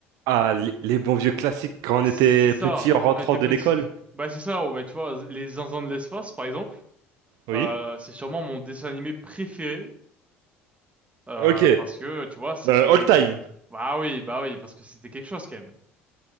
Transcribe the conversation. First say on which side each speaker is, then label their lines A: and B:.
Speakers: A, on the right; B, on the right.
A: Ah, les, les bons vieux classiques quand
B: C'est
A: on était
B: ça,
A: petit en rentrant
B: on était
A: de
B: petit.
A: l'école.
B: Bah c'est ça, oh, bah, tu vois, les Zinzins de l'espace, par exemple,
A: Oui.
B: euh, c'est sûrement mon dessin animé préféré, euh,
A: Ok. Euh,
B: parce que, tu vois, c'était...
A: all time.
B: euh, bah oui, bah oui, parce que c'était quelque chose quand même.